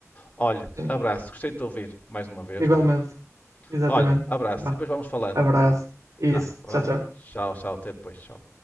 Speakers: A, on the left; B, on the right.
A: Olha,
B: Sim,
A: abraço, gostei de te ouvir mais uma vez,
B: igualmente.
A: não é?
B: Exatamente.
A: Olha, abraço,
B: Vá.
A: e depois vamos falando.
B: Abraço. Isso.
A: Tá, abraço.
B: Tchau, tchau.
A: Tchau, tchau, até depois, tchau.